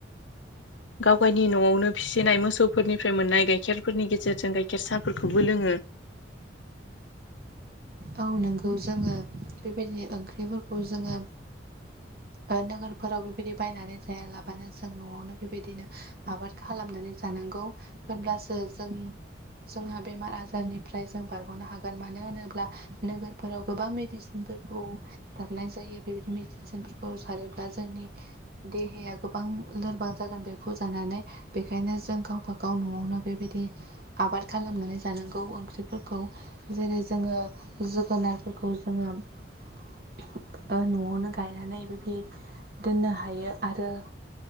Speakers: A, on the left (about 75°); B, on the right (about 50°).
A: गाव गायनि नआवनो फिसिनाय मोसौफोरनिफ्राय मोननाय गाइखेरफोरनि गेजेरजों गाय खेर साफोरखौबो लोङो।
B: औ नंगौ जोङो बेबायदिनो ओंख्रिफोरखौ जोङो ओ नोगोरफोराव बेबायदि बायनानै जाया लाबानो जों नआवनो बेबायदिनो आबाद खालामनानै जानां गौ होनब्लासो जों जोंहा बेमार आजारनिफ्राय जों बारग'नो हागोन, मानो होनोब्ला नोगोरफोराव गोबां मेडिसिनफोरखौ सार नाय जायो। बेबायदि मेडिसिनफोरखौ सारोब्ला जोंनि देहाया गोबां लोरबां जागोन बेखौ जानानै, बेखायनो जों गाव बागाव नआवनो बेबायदि आबाद खालामनानै जानांगौ ओंख्रिफोरखौ जेरै जोङो जोगोनारफोरखौ जोङो ओ नआवनो गायनानै बिबदि दोननो हायो आरो